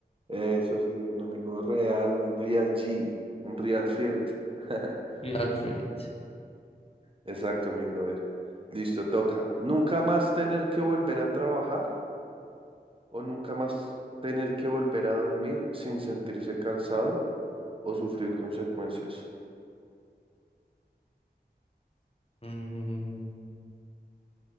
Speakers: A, on the right; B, on the left.
A: Eso sí, un amigo real, un real G, un real friend. <laughs>
B: Real friend.
A: Exacto, mi brother. Listo, toca. Nunca más tener que volver a trabajar o nunca más tener que volver a dormir sin sentirse cansado o sufrir consecuencias.
B: Mm,